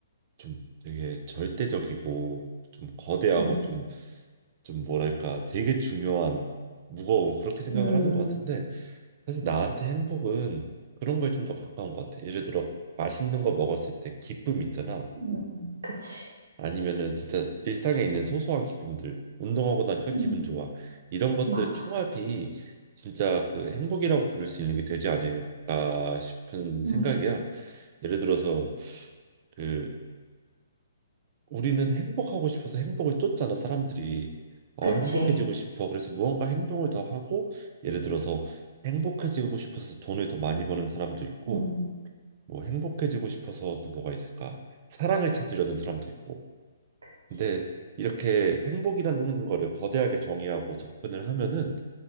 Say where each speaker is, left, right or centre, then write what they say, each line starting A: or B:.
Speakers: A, on the right; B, on the right.
A: 좀 되게 절대적이고 좀 거대하고
B: 음,
A: 좀 좀 뭐랄까 되게 중요한 무거운 그렇게 생각을
B: 음,
A: 하는 것 같은데 사실 나한테 행복은 그런 걸 좀 더 가까운 것 같아. 예를 들어 맛있는 거 먹었을 때 기쁨 있잖아.
B: 음, 그치.
A: 아니면은 진짜 일상에 있는 소소한 기쁨들, 운동하고 나니까
B: 음,
A: 기분 좋아. 이런 것들
B: 맞아.
A: 총합이 진짜 그 행복이라고 부를 수 있는 게 되지 않을까 싶은 생각이야.
B: 음,
A: 예를 들어서 그 우리는 행복하고 싶어서 행복을 쫓잖아, 사람들이. 어,
B: 그치.
A: 행복해지고 싶어. 그래서 무언가 행동을 더 하고 예를 들어서 행복해지고 싶어서 돈을 더 많이 버는 사람도 있고
B: 음,
A: 뭐 행복해지고 싶어서 또 뭐가 있을까? 사랑을 찾으려는 사람도 있고.
B: 그치.
A: 근데 이렇게 행복이라는 거를 거대하게 정의하고 접근을 하면은